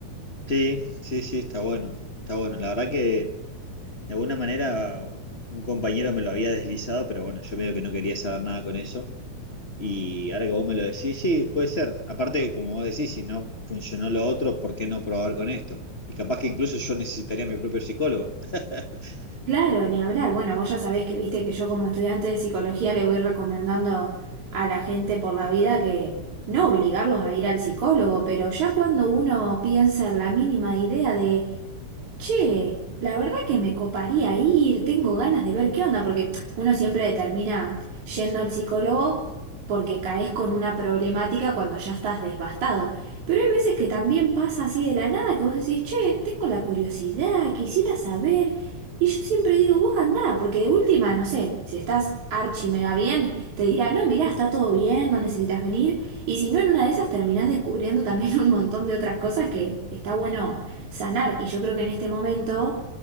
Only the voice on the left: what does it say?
Sí, sí, sí, está bueno, está bueno. La verdad que de alguna manera un compañero me lo había deslizado, pero bueno, yo medio que no quería saber nada con eso. Y ahora que vos me lo decís, sí, puede ser. Aparte que como vos decís, si no funcionó lo otro, ¿por qué no probar con esto? Y capaz que incluso yo necesitaría mi propio psicólogo. <laughs>